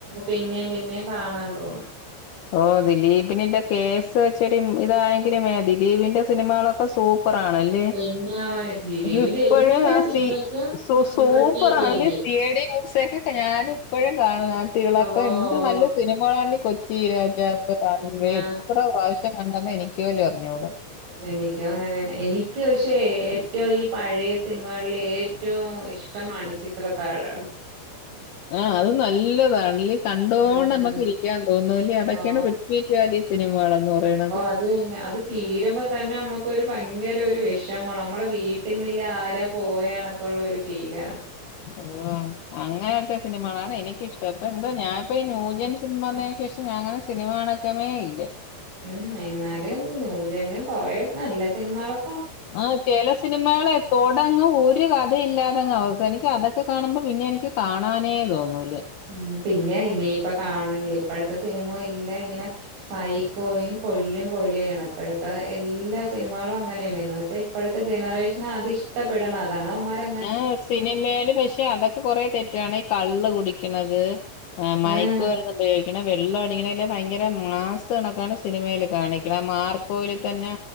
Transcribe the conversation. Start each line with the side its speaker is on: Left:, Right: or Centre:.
Right: പിന്നേം പിന്നേം കാണാൻ തോന്നും
Left: ഓ ദിലീപിന്ൻ്റെ കേസ് വെച്ചൊരു ഇതായെങ്കിലും ദിലീപിന്റെ സിനിമകളക്കെ സൂപ്പറാണ് ലെ
Right: പിന്നെ ദിലീപിന്റെ
Left: ഇപ്പഴ്
Right: എല്ലാ
Left: ആ
Right: സിനിമയ്ക്കും
Left: സി സു സൂപ്പറാണല്ലേ
Right: റിപ്പീറ്റ് വാല്യൂ
Left: സി ഐ ഡി മൂസൊക്കെ ഞാൻ ഇപ്പഴും കാണുന്നു ആ തിളക്കം
Right: ഓ ഓ
Left: എന്ത് നല്ല സിനിമകളാണി കൊ ച്ചി രാജാവ് കാണുംമ്പൊഴേ
Right: പിന്നെ
Left: എത്ര പ്രാവശ്യം കണ്ടെന്ന് എനിക്ക് പോലും അറിഞ്ഞൂടാ
Right: എനിക്കും അങ്ങനന്നെ എനിക്ക് പക്ഷേ ഏറ്റവും ഈ പഴയ സിനിമകൾല് ഏറ്റവും ഇഷ് ടം മണി ചിത്രതാഴാണ്.
Left: ആഹ് അത് നല്ലതാണല്ലേ കണ്ടോണ്ട്
Right: ഉം
Left: നമ്മുക്കിരിക്കാൻ തോന്നൂലേ അതൊക്കാണ്
Right: ഓ
Left: റിപ്പീറ്റ് വാല്യൂ സിനിമകളെന്ന് പറയ്ണത്.
Right: അത് ഓ അത് തീരുംമ്പോ തന്നെ നമുക്കൊരു ഭയങ്കരൊരു വെഷമാണ് നമ്മളെ വീ ട്ടുന്നില്ല ആരാ പോയണക്കുള്ളൊരു ഫീലാണ്
Left: ഓ അങ്ങനത്തെ സിനിമകളാണ് എനിക്കിഷ്ടം പ്പ എന്തോ ഞാപ്പോ ഈ നൂജൻ സിനിമന്ന് ക്ക് ശേഷം ഞാ അങ്ങനെ സിനിമ കാണക്കമേ ഇല്ല
Right: ഉം എന്നാലും ന്യൂജനും കൊറേ നല്ല സിനിമകളൊ
Left: ആഹ് ചെല സിനിമേള് തോടങ്ങ് ഒരു കഥയില്ലാതങ്ങ് അവസാനിക്കും അതൊക്കെ കാണുംമ്പോ പിന്നെനിക്ക് കാണാനേ തോന്നൂല.
Right: ഉം പിന്നെ ഇനിയിപ്പൊ കാണണില്ലേ ഇപ്പഴ്ത്തെ സിനിമ എല്ലാ ഇങ്ങനെ സൈക്കോയും കൊല്ലും കൊലയു ആണ് ഇപ്പഴത്തെ എല്ലാ സിനിമകളും അങ്ങനേണ് എന്ന് വെച്ചാ ഇപ്പഴത്തെ ജനറേഷനതിഷ്ടപ്പെട്ണ അതാണ്. അവന്മാര
Left: ആഹ് സിനിമേല് പക്ഷേ അതൊക്കെ കൊറേ തെറ്റാണ് ഈ കള്ള് കുടിക്ക്ണത്. ആഹ് മയക്ക്
Right: ഉം
Left: മര്ന്ന് ഉപയോഗിക്ക്ണ് വെള്ള അടിക്ക്ണ എല്ലാം ഭയ്ങ്ക രം മാസ് കണക്കാണ് സിനിമേല് കാണിക്ക്ണ്. അ മാർ ക്കോല് തന്നെ